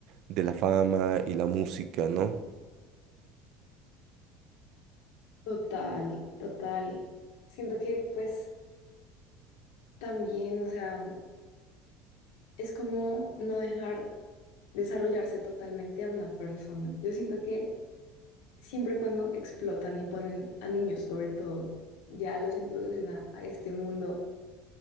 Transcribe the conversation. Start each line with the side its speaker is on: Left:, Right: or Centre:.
Right: de la fama y la música, ¿no?
Left: Total, total. Siento que pues también, o sea, es como no dejar desarrollarse totalmente a una persona. Yo siento que siempre cuando explotan y ponen a niños sobre todo, ya los introducen a a este mundo